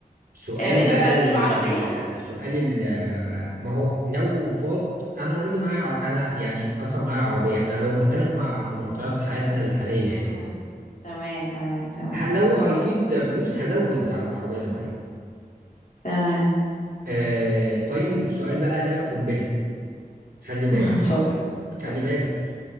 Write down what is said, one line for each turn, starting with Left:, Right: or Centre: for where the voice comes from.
Right: سؤال
Left: آه، ايه ده
Right: بقى
Left: مش عايز
Right: ال
Left: تجيب عربية
Right: سؤال ال ما هو لو فاض انا اوريدي معايا عر- انا يعني اصلا معايا عربيه احنا لو بنتكلم مع في معطيات حياتنا الحاليه
Left: امم
Right: يعني
Left: تمام تمام تمام
Right: ه- لو هيفيد فلوس هزود على العربيه اللي معايا
Left: تمام
Right: آه طيب سؤال بقى ده قنبله خلي بالك
Left: <laughs> اتفضل
Right: يعني خلي
Left: اتفضل
Right: بالك